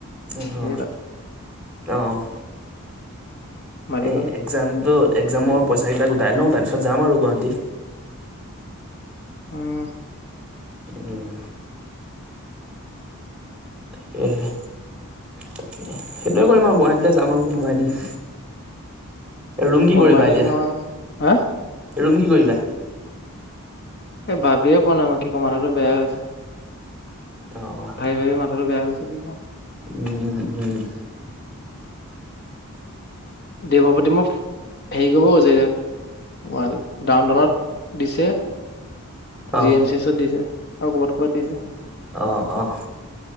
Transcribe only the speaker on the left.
সেই তাত
মালিকৰ
তাত
উম
কম্বাইনে
নহয় হা।
এ ভাবিয়ে পোৱা নাই মই কি ক মাথাটো বেয়াই হৈ গৈছে।
ভাবি ভাবি মাথাটো বেয়া হৈ গৈছে। <unintelligible>
দেৱপাতি মোক হেৰি কৰিব কৈছে, গুৱাহাটী ডাউনটাউনত দিছে
জি এম চি এইচ ত দিছে। আৰু কবাত কবাত দিছে।